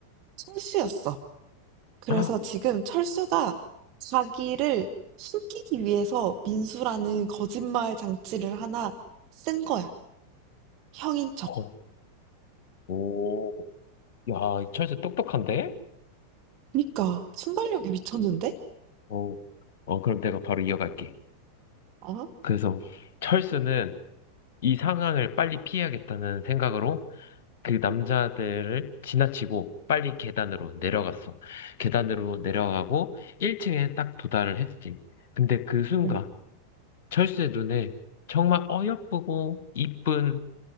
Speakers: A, on the right; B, on the left.
A: 철수였어. 그래서
B: 아,
A: 지금 철수가 자기를 숨기기 위해서 민수라는 거짓말 장치를 하나 쓴 거야. 형인 척.
B: 어, 오, 야, 이 철수 똑똑한데?
A: 그러니까 순발력이 미쳤는데?
B: 어, 어, 그럼 내가 바로 이어갈게.
A: 어?
B: 그래서 철수는 이 상황을 빨리 피해야겠다는 생각으로 그 남자들을 지나치고 빨리 계단으로 내려갔어. 계단으로 내려가고 1층에 딱 도달을 했지. 근데 그 순간
A: 응.
B: 철수의 눈에 정말 어여쁘고 이쁜